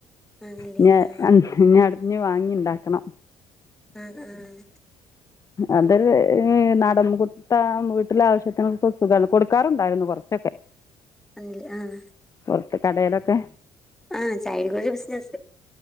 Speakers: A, in the centre; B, on the left (about 30°).
A: ആണല്ലേ
B: ഇനി
A: ആഹ്
B: അൻ ഞ്ഞി അട് ഞ് വാങ്ങിണ്ടാക്കണം.
A: അഹ് ആഹ്
B: അതൊരു ഏഹ് നടൻ മു കുട്ട വീട്ടിലെ ആവശ്യത്തിനൊക്കെ സുഖാണ്. കൊടുക്കാറുണ്ടായിരുന്നു കൊർ ച്ചൊക്കെ
A: അൽ ആഹ്
B: പൊർത്ത് കടേലൊക്കെ
A: ആഹഹ് സൈടൊര് ബിസ്നസ്സ്